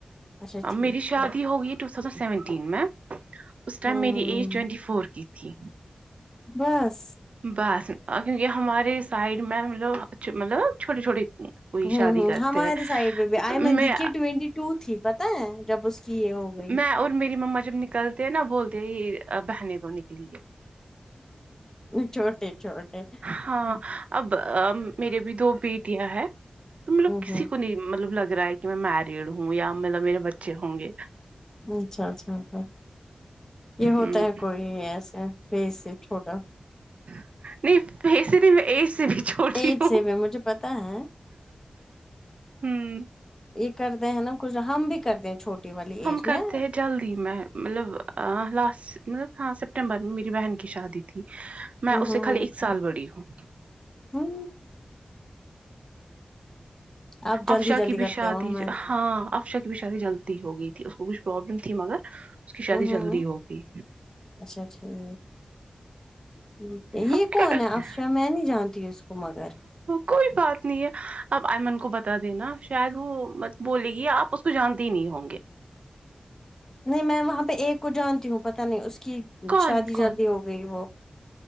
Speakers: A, on the left; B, on the right.
A: اچھا ٹھیک
B: میری شادی
A: ٹھیک
B: ہوگئی تو ٹو تھوزینڈ سیونٹین میں اس ٹائم
A: ہوں
B: میری ایج ٹوینٹی فور کی تھی
A: بس
B: بس اگر یہ ہمارے سائڈ میں ہے جو ا مطلب چھوٹے چھوٹے کوئی
A: ہوں
B: شادی
A: ہوں
B: کرتے
A: ہمارے
B: ہیں
A: سائڈ پہ بھی آئمن
B: میں
A: دیکھیے ٹوینٹی ٹو تھی پتہ ہے جب اس کی یہ ہو گئی
B: میں اور میری مما جب نکلتے ہیں نا بولتے ہے یہ بہنے دو نکلی ہے
A: چھوٹے چھوٹے
B: ہاں
A: ہوں
B: اب میرے بھی دو بیٹیاں ہیں تو ملب کسی
A: ہوں
B: کو نہیں ملب لگ رہا ہے کہ میں میرڈ ہوں یا ملب میرے بچے ہوں گے
A: اچھا اچھا اچھا یہ ہوتا
B: ہم،
A: ہے کوئی ایسا فیس سے چھوٹا
B: <unintelligible>
A: ایج
B: ہوں
A: سیم ہے مجب پتا ہے
B: ہ
A: یہ کرتے ہیں نا کچھ ہم بھی کردے چھوٹی والی
B: ہم
A: ایج
B: کرتے
A: میں
B: ہیں جو جلدی میں ملب لاسٹ ملب ہاں سپٹمبر میں میری بہن کی شادی تھی میں
A: ہوں
B: اس
A: ہوں
B: سے خالی
A: ہوں
B: ایک سال بڑی ہوں
A: ہوں آپ جلدی
B: افشا
A: جلدی
B: کی
A: کرتے
B: بھی شادی
A: ہو ہمارے
B: ہاں افشا کی بھی شادی جل ہو گئی تھی اس کو کچھ پرابلم تھی مگر اس کی شادی
A: ہوں ہوں
B: جلدی
A: ہوں
B: ہوگئی
A: اچھا ٹھیک ٹھیک ہے یہ
B: اب
A: کون
B: کیا کرتے
A: ہے افشا میں نہیں جانتی ہوں اس کو تو مگر
B: کوئی بات نہیں ہے آپ ایئمن کو بتا دینا شاید وہ بولے گی آپ جانتے ہی نہیں ہوں گے
A: نہیں میں وہاں پہ ایک کو جانتی ہوں پتہ نہیں اس کی
B: کون
A: شادی جلدی
B: کون
A: ہو گئی وہ